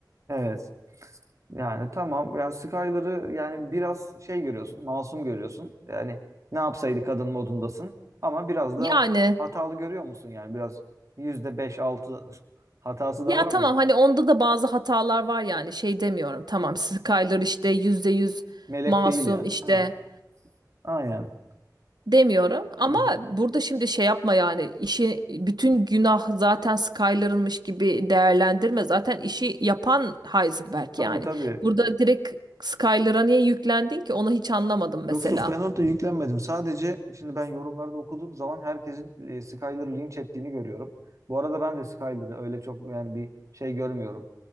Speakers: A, on the right; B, on the right.
A: Evet. Yani tamam. Yani Skyler'ı yani biraz şey görüyorsun, masum görüyorsun. Yani ne yapsaydı kadın modundasın. Ama biraz
B: Yani
A: da hatalı görüyor musun? Yani biraz yüzde beş altı <laughs> hatası da
B: ya
A: var
B: tamam
A: mı?
B: hani onda da bazı hatalar var yani şey demiyorum. Tamam Skyler işte %100
A: Melek
B: masum
A: değil yani.
B: işte
A: Ha, aynen.
B: Demiyorum ama
A: Hı hı.
B: burada şimdi şey yapma yani işi bütün günah zaten Skyler'ınmış gibi değerlendirme. Zaten işi yapan Heisenberg
A: Tabii
B: yani.
A: tabii.
B: Burada direkt Skyler'a niye yüklendin ki onu hiç anlamadım mesela.
A: Yok yok ben orada yüklenmedim. Sadece şimdi ben yorumlarda okuduğum zaman herkesin e, Skyler'ı linç ettiğini görüyorum. Bu arada ben de Skyler'ı öyle çok yani bir şey görmüyorum.